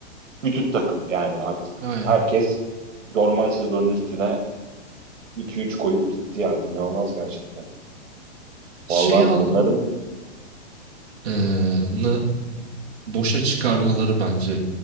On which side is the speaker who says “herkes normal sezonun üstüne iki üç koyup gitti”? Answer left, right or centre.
Right